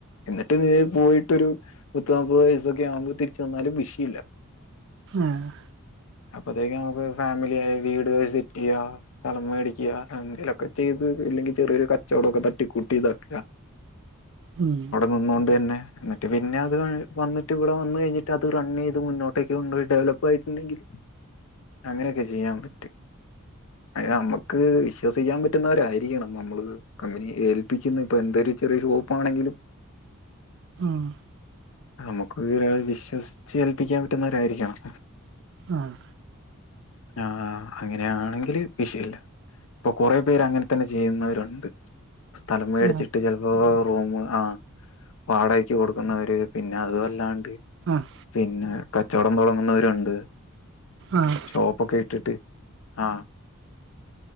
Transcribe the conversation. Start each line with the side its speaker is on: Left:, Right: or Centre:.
Left: എന്നിട്ട് നീ പോയിട്ടൊരു മുത്ത് നാപ്പത് വയസൊക്കെ ആവുമ്പോൾ തിരിച്ചു വന്നാലും വിഷയം ഇല്ല
Right: ആഹ്
Left: അപ്പത്തേക്ക് നമുക്ക് ഫാമിലിയ ആയി വീട് വിസിറ്റ് ചെയ്യ സ്ഥലം മേടിക്കുക എന്തെലൊക്കെ ചെയ്ത് ഇല്ലെങ്കിൽ ചെറിയൊരു കച്ചവടംക്കെ തട്ടിക്കൂട്ടി ഇതാക്ക
Right: ഉം
Left: നിന്നുകൊണ്ട് തന്നെ എന്നിട്ട് പിന്നെ അത് വന്നട്ട് ഇവിടെ വന്ന് കഴിഞ്ഞിട്ട് അത് റൺ ചെയ്ത് മുന്നോട്ടേക്ക് കൊണ്ട്പോയി ഡെവലപ്പ് ഡെവലപ്പ് ആയിട്ടുണ്ടെങ്കിൽ അങ്ങനെയൊക്കെ ചെയ്യാൻ പറ്റും അത് നമ്മുക്ക് വിശ്വസിക്കാൻ പറ്റുന്നവരായിരിക്കണം നമ്മള് കമ്പനി ഏൽപ്പിക്കുന്ന ഇപ്പൊ എന്ത ചെറിയരു ഹോപ്പാണെങ്കിലും
Right: ആഹ്
Left: നമുക്ക് ഒരാളെ വിശ്വസിച്ച് ഏൽപ്പിക്കാൻ പറ്റുന്നവരായിരിക്കണം
Right: ആഹ്
Left: ആഹ് അങ്ങനെയാണെങ്കില് വിഷയില്ല ഇപ്പൊ കുറ പേര് അങ്ങനെ തന്നെ ചെയ്യുന്നവരുണ്ട് സ്ഥലം മേടിച്ചിട്ട്
Right: ആഹ്
Left: ചിലപ്പോൾ റൂമ് ആ വാടകക്ക്‌ കൊടുക്കുന്നവര് പിന്നെ അതല്ലാണ്ട്
Right: ആഹ്
Left: പിന്നെ കച്ചവടം തുടങ്ങുന്നവരുണ്ട്
Right: ആഹ്
Left: ഷോപ്പൊക്കെ ഇട്ടിട്ട് ആഹ്